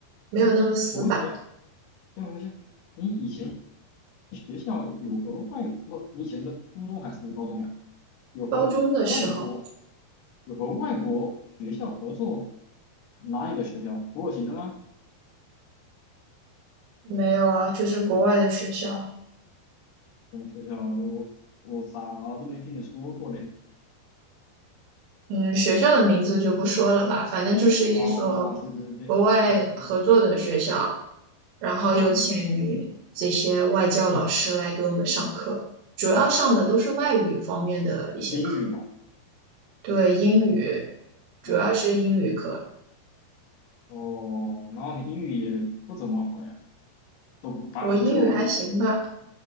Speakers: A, on the right (about 80°); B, on the left (about 70°).
A: 没有那么死板。
B: 哎，我问一下，哎，我问一下，你以前学校有和外，不，你以前的初中还是高中呀？有和外国？
A: 高中的时候。
B: 有和外国学校合作，哪里的学校？土耳其的吗？
A: 没有啊，就是国外的学校，
B: 什么学校？我我咋都没听你说过嘞？
A: 嗯，学校的名字就不说了吧，反正就是一所
B: 哦，对对对对，
A: 国外合作的学校，
B: 嗯，
A: 然后有请
B: 哦，
A: 这些外教老师来给我们上课，主要上的都是外语方面的一些课，
B: 英语吧，
A: 对，英语，主要是英语课，
B: 嗯，哦，然后你英语也不怎么好呀，都把都，
A: 我英语还行吧，